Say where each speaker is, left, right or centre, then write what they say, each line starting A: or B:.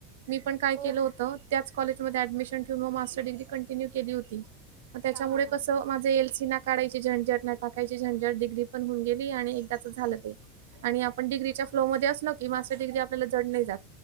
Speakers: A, on the right; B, on the right.
A: मी पण काय
B: हो
A: केलं
B: हो
A: होतं त्याचं कॉलेज मध्ये
B: हा
A: ऍडमिशन किंवा मास्टर डिग्री कंटिन्यू केली होती त्याच्यामुळे
B: हा हा हा
A: कसं माझे एल सी ना काढायची झंझट, ना टाकायची झंझट डिग्री पण होऊन गेली आणि एकदाचच झालं ते. आणि आपण डग्रीच्या फ्लो मध्ये असलो की मास्टर डिग्री आपल्याला जड नाही जात